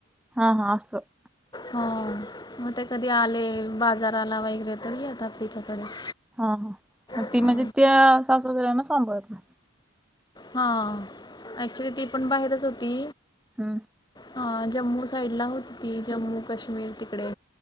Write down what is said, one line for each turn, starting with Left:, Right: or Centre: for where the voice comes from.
Centre: हा हा असस
Left: हो मग ते कधी आले बाजाराला वगैरे तरी येतात तिच्याकडे.
Centre: हा हा मग
Left: हां
Centre: ती म्हणजे त्या सासु-सासऱ्याना सांभाळते
Left: हा ऍक्चुली ती पण बाहेरच होती
Centre: हम्म
Left: हा जम्मू साईड ला होती ती जम्मू काश्मीर तिकडे